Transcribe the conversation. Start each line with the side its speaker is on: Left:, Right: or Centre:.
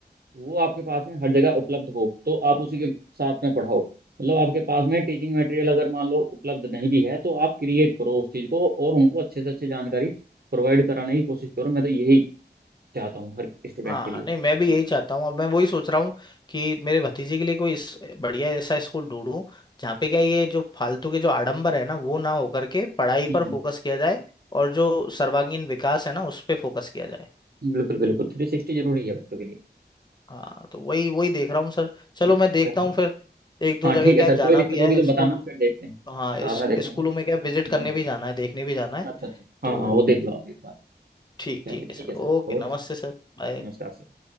Right: वो आपके पास में हर जगह उपलब्ध हो तो आप उसी के साथ में पढ़ाओ मतलब आपके पास में टीचिंग मटेरियल अगर मान लो उपलब्ध नहीं भी है तो आप क्रिएट करो उस चीज़ को और उनको अच्छे से अच्छे जानकारी प्रोवाइड कराने की कोशिश करो मैं तो यही चाहता हूँ हर स्टूडेंट
Left: हाँ
Right: के लिए
Left: नहीं मैं भी यही चाहता हूँ अब मैं वही सोच रहा हूँ कि मेरे भतीजे के लिए कोई इस, बढ़िया ऐसा स्कूल ढूंढूं जहाँ पे क्या ये जो फालतू के जो आडंबर है ना वो ना होकर के पढ़ाई
Right: हम्म
Left: पर फोकस किया जाए और जो सर्वांगीण विकास है ना उस पे फोकस किया जाए
Right: बिल्कुल बिल्कुल थ्री सिक्सटी जरूरी है बच्चों के लिए
Left: हाँ तो वही वही देख रहा हूँ सर चलो
Right: हम्म,
Left: मैं देखता
Right: चलिए
Left: हूँ फिर एक दो
Right: हाँ
Left: जगह
Right: ठीक
Left: क्या
Right: है सर कोई
Left: जाना
Right: दिक्कत
Left: भी है
Right: होगी तो
Left: स्कूल
Right: बताना फिर देखते हैं साथ
Left: हाँ इस
Right: में देखेंगे
Left: स्कूलों में क्या विजिट करने
Right: Don't worry
Left: भी जाना है देखने भी जाना है
Right: अच्छा अच्छा
Left: तो
Right: हाँ हाँ वो देख लो आप एक बार
Left: ठीक
Right: चलिए
Left: ठीक है
Right: ठीक
Left: सर
Right: है सर
Left: ओके
Right: ओके
Left: नमस्ते
Right: सर
Left: सर बाय
Right: नमस्कार सर